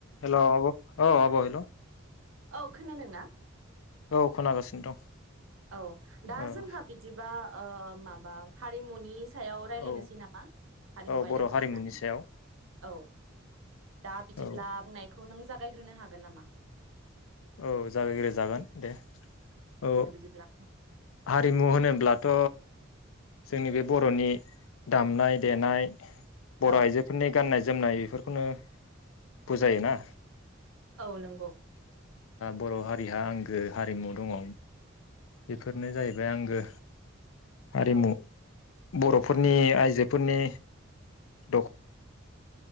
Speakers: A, on the left; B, on the right.
A: Hello आब' औ आब' हेलौ
B: औ खोनादों ना?
A: औ खोनागासिनो दं।
B: औ दा
A: औ
B: जोंहा बिदिबा ओ माबा हारिमुनि सायाव रायलायनोसै
A: औ
B: नामा हारिमु
A: औ बर'
B: आयदाखौ
A: हारिमुनि
B: लानानै
A: सायाव
B: औ दा बिदिब्ला
A: औ
B: बुंनायखौ नों जा गायग्रोनो हागोन नामा?
A: औ जागायग्रो जागोन दे औ
B: दे बिदिब्ला
A: हारिमु होनोब्लाथ' जोंनि बे बर'नि दामनाय देनाय बर'
B: औ
A: आइजोफोरनि गाननाय जोंना बेफोरखौनो बुजायो ना।
B: औ नंगौ।
A: बर' हारिहा आंगो हारिमु दङ बेफोरनो जाहैबाय आंगो। हारिमु।
B: औ
A: बर'फोरनि आइजोफोरनि दख।